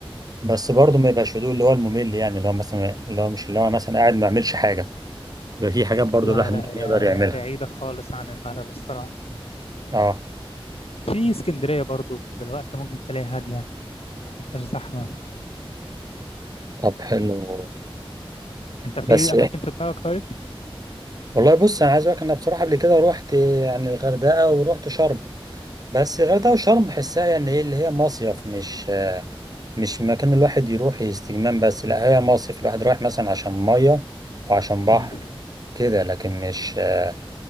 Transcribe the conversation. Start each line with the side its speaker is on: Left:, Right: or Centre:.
Right: بس برضه ما يبقاش هدوء اللي هو الممل يعني اللي هو مثلا اللي هو مش اللي هو مثلا قاعد ما يعملش حاجه بيبقى في حاجات برضه
Left: لا
Right: الواحد
Left: لا
Right: ممكن
Left: هي
Right: يقدر يعملها
Left: بعيدة خالص عن الملل الصراحة
Right: اه
Left: في اسكندرية برضو دلوقتي ممكن تلاقي هادية يعني ما فيهاش زحمة
Right: طب حلو
Left: انت في
Right: بس
Left: أماكن في دماغك طيب؟
Right: والله بص انا عايز اقول لك انا بصراحه قبل كده رحت يعني الغردقه ورحت شرم بس الغردقه وشرم بحسها يعني ايه اللي هي مصيف مش مش مكان الواحد يروح استجمام بس لا هي مصيف الواحد رايح مثلا عشان ميه وعشان بحر
Left: مم.
Right: كده لكن مش آه،